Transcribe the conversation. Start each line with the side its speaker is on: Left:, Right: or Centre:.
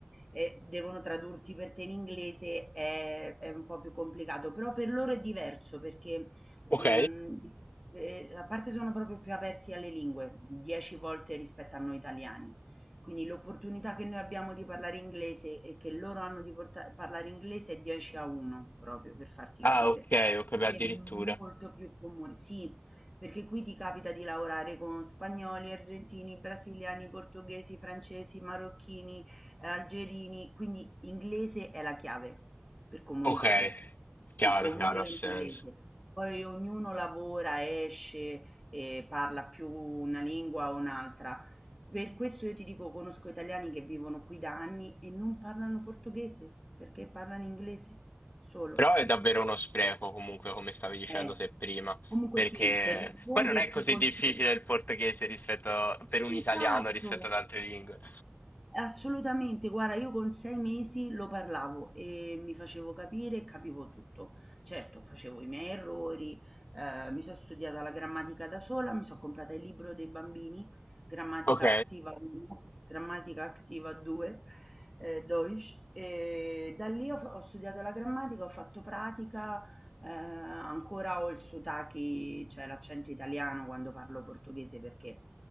Centre: e devono tradurti per te in inglese, è, è un po' più complicato, però per loro è diverso perché
Left: Ok?
Centre: mm, eh, a parte sono proprio più aperti alle lingue, dieci volte rispetto a noi italiani. Quindi l'opportunità che noi abbiamo di parlare inglese e che loro hanno di porta- parlare inglese è 10 a 1 proprio per farti
Left: Ah,
Centre: capire.
Left: ok, ok,
Centre: Sì,
Left: beh, addirittura.
Centre: è molto più comune, sì, perché qui ti capita di lavorare con spagnoli, argentini, brasiliani, portoghesi, francesi, marocchini, eh, algerini, quindi inglese è la chiave per comunicare.
Left: Ok, chiaro,
Centre: Si comunica
Left: chiaro, ha senso.
Centre: in inglese, poi ognuno lavora, esce e parla più una lingua o un'altra. Per questo io ti dico, conosco italiani che vivono qui da anni e non parlano portoghese, perché parlano inglese solo.
Left: Però è davvero uno spreco, comunque, come stavi dicendo
Centre: Eh,
Left: te prima,
Centre: comunque
Left: perché
Centre: sì, per risponderti
Left: poi non è così
Centre: consi
Left: difficile il portoghese rispetto per un italiano
Centre: Esatto.
Left: rispetto ad altre lingue.
Centre: Assolutamente, guarda io con 6 mesi lo parlavo e mi facevo capire e capivo tutto. Certo, facevo i miei errori, ehm, mi so' studiata la grammatica da sola, mi so' comprata il libro dei bambini, Grammatica
Left: Ok,
Centre: Activa 1, Grammatica Activa 2, ehm, Deutsch, e da lì ho f ho studiato la grammatica, ho fatto pratica, ehm, ancora ho il sotachi cioè l'accento italiano quando parlo portoghese perché